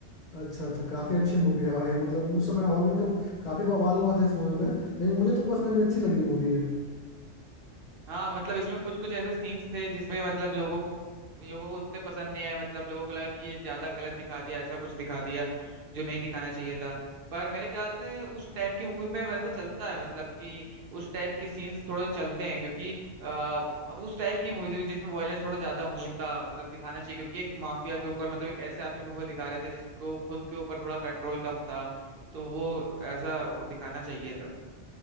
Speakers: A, on the left; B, on the right.
A: अच्छा अच्छा काफी अच्छी मूवी है भाई मतलब उस समय हॉल में तो काफी बवाल हुआ था इस मूवी पे लेकिन मुझे तो पर्सनली अच्छी लगी मूवी है
B: हाँ मतलब इसमें कुछ कुछ ऐसे सीन्स थे जिसमें मतलब लोगों को लोगों को उतने पसंद नहीं आए मतलब लोगों को लगा कि ये ज्यादा गलत दिखा दिया ऐसा कुछ दिखा दिया जो नहीं दिखाना चाहिए था पर मेरे ख्याल से उस टाइप की मूवी में वैसा चलता है मतलब कि उस टाइप के सीन्स थोड़े चलते हैं क्योंकि आ, उस टाइप की मूवी थी जिसमें वॉयलेंस थोड़ा ज्यादा होता मतलब दिखाना चाहिए क्योंकि एक माफिया के ऊपर मतलब एक ऐसे आदमी के ऊपर दिखा रहे थे जिसको खुद के ऊपर थोड़ा कंट्रोल कम था तो वो ऐसा दिखाना चाहिए था